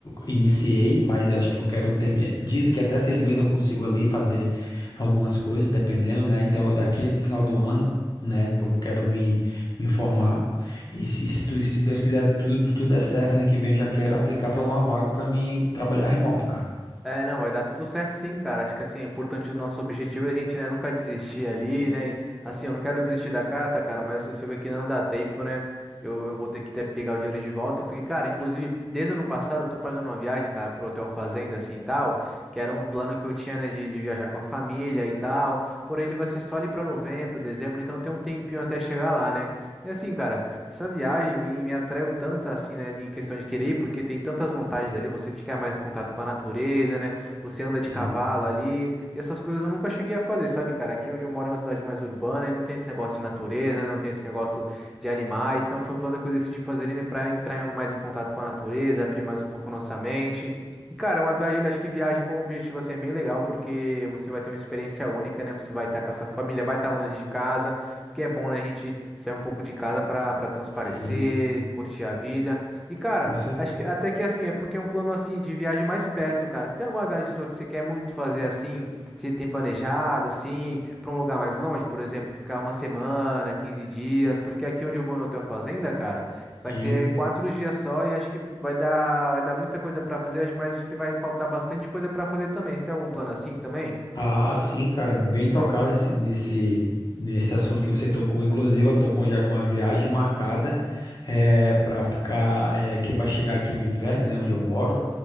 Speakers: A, on the left; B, in the centre.
A: iniciei, mas eu acho que eu quero terminar. Dizem que até seis meses eu consigo ali fazer algumas coisas, dependendo, né? Então, daqui pro final do ano, né? Eu quero me, me formar. E se, se, tu- se Deus quiser, tudo, tudo der certo, ano que vem eu já quero aplicar para uma vaga para mim trabalhar remoto, cara.
B: É, não, vai dar tudo certo sim, cara. Acho que assim, é importante o nosso objetivo é a gente, né, nunca desistir ali, né? E, assim, eu não quero desistir da carta, cara, mas assim, se eu ver que não dá tempo, né? Eu, eu vou ter que até pegar o dinheiro de volta, porque, cara, inclusive, desde o ano passado eu tô pagando uma viagem, cara, pro Hotel Fazenda, assim e tal, que era um plano que eu tinha, né, de, de viajar com a família e tal. Porém, ele vai ser só ali pra novembro, dezembro, então tem um tempinho até chegar lá, né? E assim, cara. Essa viagem me, me atraiu tanto assim, né, em questão de querer ir, porque tem tantas vantagens ali, você fica mais em contato com a natureza, né, você anda
A: Sim,
B: de cavalo ali, e essas coisas eu nunca cheguei a fazer, sabe, cara? Aqui é onde eu moro é uma cidade mais urbana e não tem esse negócio de natureza, né, não tem esse negócio de animais, então foi o plano que eu decidi fazer, né, pra entrar mais em contato com a natureza, abrir mais um pouco nossa mente. E, cara, é uma viagem, acho que viagem como objetivo, assim, é bem legal, porque você vai ter uma experiência única, né, você vai estar com a sua família, vai estar longe de casa, porque é bom, né, a gente sair um pouco de casa pra para transparecer,
A: sim,
B: curtir a vida. E cara,
A: com certeza.
B: acho que até que assim, é porque é um plano assim de viagem mais perto, cara. Você tem alguma viagem sua que você quer muito fazer assim, você tem planejado assim, pra um lugar mais longe, por exemplo, ficar uma semana, 15 dias, porque aqui onde eu vou no Hotel Fazenda, cara, vai
A: Sim.
B: ser quatro dias só e acho que vai dar vai dar muita coisa pra fazer, acho- mas acho que vai faltar bastante coisa pra fazer também. Você tem algum plano assim também?
A: Ah, sim, cara, bem tocado nesse, nesse, nesse assunto que você tocou. Inclusive, eu tô com, já com a viagem marcada é, para ficar, é, que vai chegar aqui o inverno, né, onde eu moro,